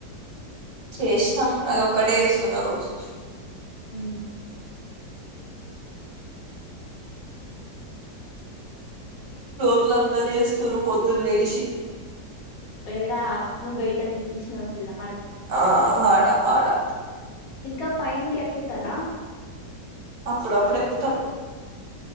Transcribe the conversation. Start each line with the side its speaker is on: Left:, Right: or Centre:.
Right: చేసిన అది ఒక్కటే వస్తున్న రోజు
Left: ఊ
Right: ఇలు అందరు చేస్తారు పొద్దున్న లేచి
Left: ఏడా నువ్ బయట చూపించినవని చూడ
Right: ఆ ఆడా ఆడా
Left: ఇంకా పైన్కి ఎక్కుతారా
Right: అప్పుడప్పుడ ఎక్కుతాం